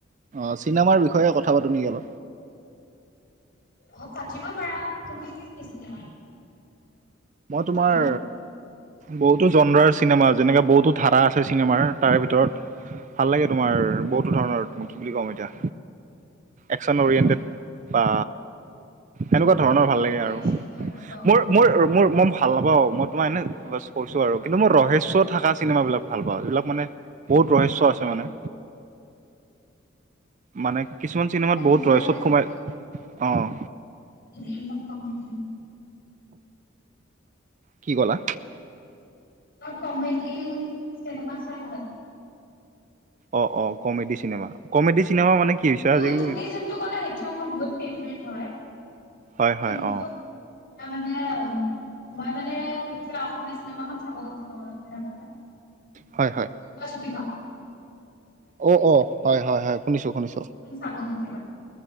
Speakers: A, on the right (about 40°); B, on the left (about 50°).
A: অঁ, চিনেমাৰ বিষয়ে কথা পাতোঁ নেকি অলপ?
B: অ, পাতিব পাৰা, তুমি কি চাইছিলা।
A: মই তোমাৰ
B: কেইদিনত মান
A: বহুতো জন্দ্ৰাৰ চিনেমা যেনেকাে বহুতো ধাৰা আছে চিনেমাৰ তাৰে ভিতৰত ভাল লাগে তোমাৰ বহুতো ধৰণৰ কি বুলি কম এতিয়া একচন অৰিয়েণ্টেড। বা এনেকুৱা ধৰণৰ
B: মই
A: ভাল লাগে
B: কিন্তু
A: আৰু
B: একচন ভাল নাপাওঁ
A: মোৰ -মোৰ মোৰ মই ভাল নাপাওঁ মই তোমাৰ এনে জাষ্ট কৈছো আৰু কিন্তু মই ৰহেশ্য থকা চিনেমাবিলাক ভাল পাওঁ। যিবিলাক মানে বহুত ৰহস্য আছে মানে। মানে কিছুমান চিনেমাত
B: মই
A: বহুত
B: মই
A: ৰহস্যত সোমাই অঁ
B: ক। <unintelligible>
A: কি ক'লা?
B: অ কমেড চিনেমা চাই ভাল পা
A: অ, অ কমেডি চিনেমা, কমেডি চিনেমা মানে কি? হৈছে
B: ই
A: আজিকালি
B: তুমি যোনটো ক'লা সেইটো মোৰ বহুত ফেভৰেট হয়
A: হয় হয়
B: কিন্তু
A: অ
B: তাৰ মানে উম মই মানে এতিয়া অসমীয়া চিনেমাখন চাব গৈছিলো অলপ দিনৰ আগতে
A: হয়- হয়
B: চুপা চুপি খন
A: অ, অ, হয়- হয় শুনিছো শুনিছো।
B: প চাবি <unintelligible>